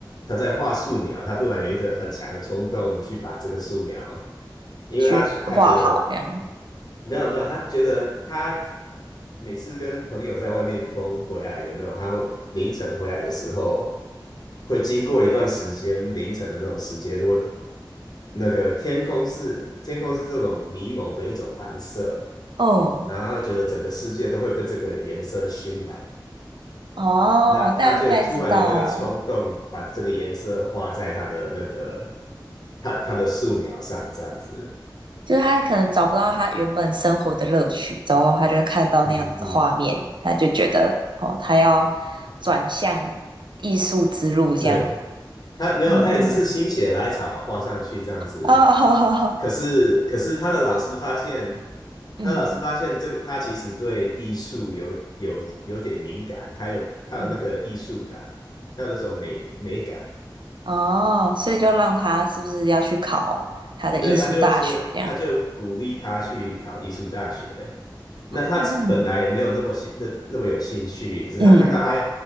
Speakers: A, on the left; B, on the right.
A: 他在画素描，他突然有一个很强的冲动去把这个素描，因为他他觉得
B: 学画好这样。
A: 没有没有，他觉得他每次跟朋友在外面疯回来，有没有？他会凌晨回来的时候，会经过一段时间凌晨的那种时间，如果那个天空是天空是这种迷蒙的一种蓝色，
B: 哦
A: 然后他会觉得整个世界都会被这个颜色熏染，
B: 哦，
A: 那他就突然有那个冲动，
B: 大概知道哦
A: 把这个颜色画在他的那个他他的素描上，这样子。
B: 就是他可能找不到他原本生活的乐趣，之后他就看到那样子的画面，
A: 嗯嗯，嗯
B: 他就觉得哦，他要转向艺术之路这样。
A: 对。他没有，
B: 哦，
A: 他也只是心血来潮画上去这样子。
B: 哦，<laughs> 好好好，
A: 可是，可是他的老师发现，
B: 嗯
A: 他的老师发现这个他其实对艺术有有有点敏感，他有他有那个艺术感，
B: 嗯，
A: 他有那种美美感。
B: 哦，所以就让他是不是要去考他的艺术大学这样？
A: 对，他就说，他就鼓励他去考艺术大学。那他本来也没有那么兴那那么有兴趣，
B: 哦，
A: 可是他看到他
B: 嗯